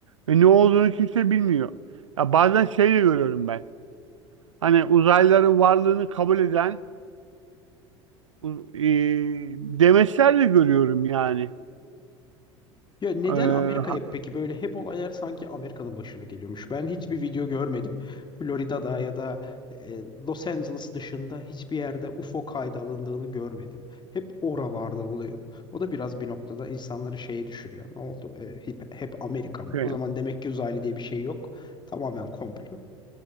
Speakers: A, on the right; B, on the left.
A: Ve ne olduğunu kimse bilmiyor. Ya bazen şey de görüyorum ben. Hani uzaylıların varlığını kabul eden u- e, demeçler de görüyorum yani.
B: Ya neden
A: Ee,
B: Amerika'ya
A: ha-
B: peki böyle hep olaylar sanki Amerika'nın başına geliyormuş. Ben hiçbir video görmedim. Florida'da ya da e, Los Angeles dışında hiçbir yerde UFO kaydı alındığını görmedim. Hep oralarda oluyor. O da biraz bir noktada insanları şeye düşürüyor. Ne oldu? E, hep, hep Amerika mı?
A: şey.
B: O zaman demek ki uzaylı diye bir şey yok. Tamamen komplo.